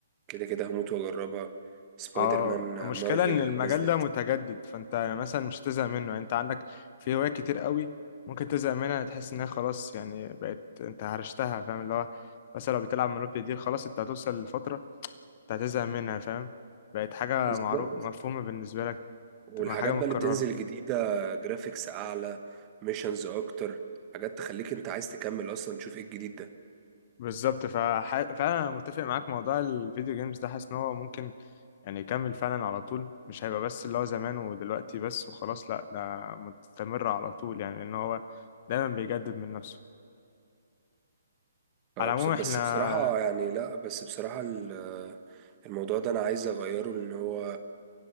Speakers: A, on the right; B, on the left.
A: كده كده هموت وأجربها سبايدر
B: اه
A: مان آه،
B: المشكلة
A: مارفل
B: ان
A: اللي
B: المجال
A: نزلت
B: ده متجدد فانت مثلا مش هتزهق منه يعني انت عندك في هوايات كتير قوي ممكن تزهق منها تحس انها خلاص يعني بقت انت هرشتها فاهم اللي هو مثلا لو بتلعب مونوبولي دي خلاص انت هتوصل لفترة انت هتزهق منها فاهم بقت حاجة
A: بالظبط.
B: معروف مفهومة بالنسبة لك
A: والحاجات
B: تبقى حاجة متكررة
A: بقى اللي بتنزل جديدة جرافيكس أعلى ميشنز أكتر حاجات تخليك أنت عايز تكمل أصلا تشوف إيه الجديد ده
B: بالظبط فح... فانا متفق معاك موضوع الفيديو جيمز ده حاسس ان هو ممكن يعني يكمل فعلا على طول مش هيبقى بس اللي هو زمان ودلوقتي بس وخلاص لا ده مستمر على طول يعني لأن هو دايما بيجدد من نفسه
A: فبس-
B: على العموم
A: بس
B: احنا
A: بصراحة يعني لأ بس بصراحة ال- الموضوع ده أنا عايز أغيره لأن هو